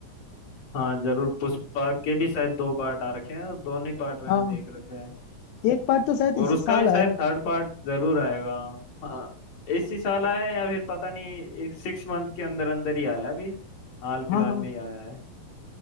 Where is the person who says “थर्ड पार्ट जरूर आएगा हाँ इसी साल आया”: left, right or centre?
Left